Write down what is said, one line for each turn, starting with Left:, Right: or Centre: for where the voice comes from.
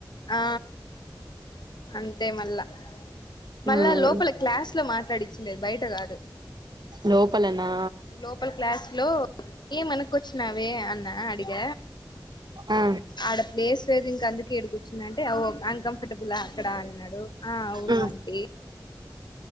Left: ఆ అంతే మళ్ళా మళ్ళా
Right: ఉమ్
Left: లోపల క్లాస్ లో మాట్లాడిచ్చన్నది బయట గాదు
Right: లోపలనా
Left: లోపల్ క్లాస్ లో ఏం అనుకుచ్చినవే అన్ న్న అడిగ
Right: ఆ
Left: అడ ప్లేస్ లేదు ఇంక అందుకే ఎడుకొచ్చిందంటే ఓ అన్కంఫర్టబుల్ అక్కడ అన్నాడు ఆ అవును
Right: అ
Left: ఆంటీ